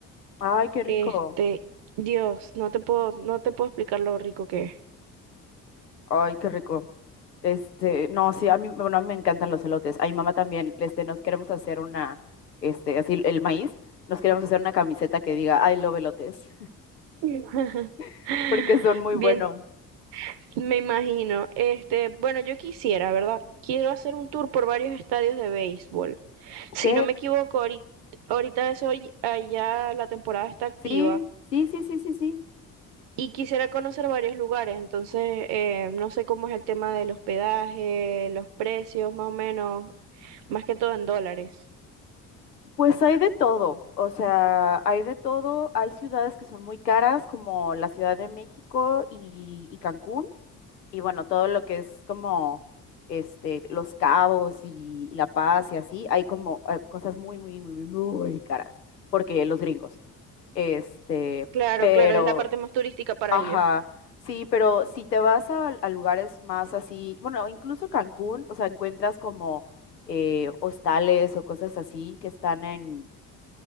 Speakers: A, on the left; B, on the right.
A: Ay, qué rico.
B: Este, Dios, no te puedo, no te puedo explicar lo rico que es.
A: Ay, qué rico. Este, no, sí, a mí, bueno, a mí me encantan los elotes. A mi mamá también, este, nos queremos hacer una, este, así el maíz, nos queremos hacer una camiseta que diga I love elotes,
B: <laughs>
A: <laughs> porque son muy
B: Bien,
A: buenos.
B: me imagino. Este, bueno, yo quisiera, ¿verdad? Quiero hacer un tour por varios estadios de béisbol.
A: Ok,
B: Si no me equivoco, ahorita, ahorita eso y- allá la temporada está activa
A: sí, sí, sí, sí, sí, sí.
B: y quisiera conocer varios lugares. Entonces, eh, no sé cómo es el tema del hospedaje, los precios, más o menos, más que todo en dólares.
A: Pues hay de todo, o sea, hay de todo. Hay ciudades que son muy caras, como la Ciudad de México y, y Cancún, y bueno, todo lo que es como este, Los Cabos y, y La Paz y así, hay como eh, cosas muy, muy, muy, muy, muy caras, porque los gringos. Este,
B: Claro,
A: pero,
B: claro, es la parte más turística para
A: ajá,
B: ellos.
A: sí, pero si te vas a, a lugares más así, bueno, incluso Cancún, o sea, encuentras como eh, hostales o cosas así que están en